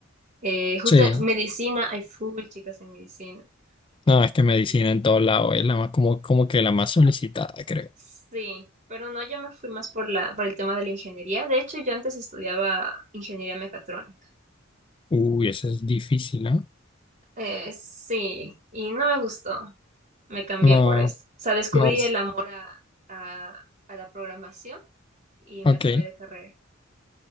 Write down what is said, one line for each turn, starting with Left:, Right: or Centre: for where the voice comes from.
Right: Eh, justo
Left: Sí,
Right: medicina, hay full chicas en medicina.
Left: no, es que
Right: Y
Left: medicina en todos lados es la más, como, como que la más solicitada, creo.
Right: sí, pero no, yo me fui más por la, por el tema de la ingeniería. De hecho, yo antes estudiaba ingeniería mecatrónica.
Left: Uy, eso es difícil, ¿no?
Right: Eh, sí, y no me gustó. Me cambié
Left: No,
Right: por eso O sea, descubrí
Left: no,
Right: el amor a, a, a la programación y me
Left: ok.
Right: cambié de carrera.